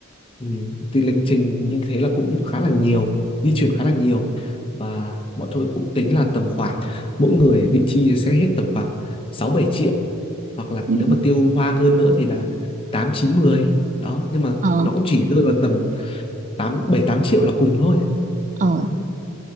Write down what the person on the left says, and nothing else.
ừ, thì lịch trình như thế là cũng khá là nhiều di chuyển khá là nhiều và bọn tôi cũng tính là tầm khoảng mỗi người vị chi sẽ hết tầm khoảng 6 7 triệu hoặc là
nếu mà tiêu hoang hơn nữa thì là 8 9 mười đó nhưng mà
nó cũng chỉ rơi vào tầm 8 7 8 triệu là cùng thôi
đó